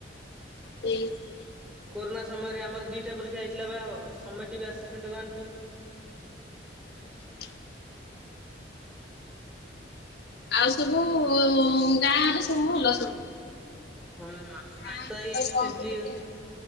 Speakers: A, on the left (about 60°); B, in the centre.
A: ତେଇଶ?
B: କୋରନା ସମୟରେ ଆମର ଦିଟା ପରୀକ୍ଷା ହେଇଥିଲା ବା <unintelligible> ୱାନ କୁ
A: ଆଛା ଆଉ ସବୁ ଉ ଗାଁରେ ସବୁ ଭଲ ସବୁ?
B: ହଁ ଆମ <unintelligible>
A: ଗାଁ କଣ ସବୁ ସେ